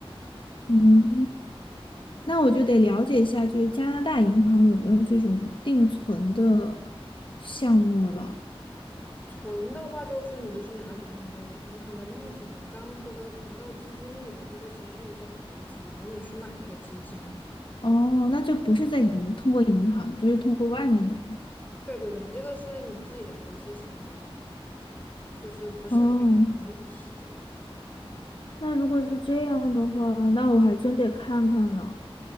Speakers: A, on the left; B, on the left.
A: 嗯，那我就得了解一下，就是加拿大银行有没有这种定存的项目了。
B: 存的话，就是你就是拿银行的银行的利息嘛。你刚刚说的存到基金里面，这个其实是一种投资，只是你去买这个基金。
A: 哦，那就不是在银，通过银行，就是通过外面的了。
B: 对对对，你这个是你自己的投资行为，就是不是拿银行利息这样。
A: 哦，那如果是这样的话，那我还真得看看了。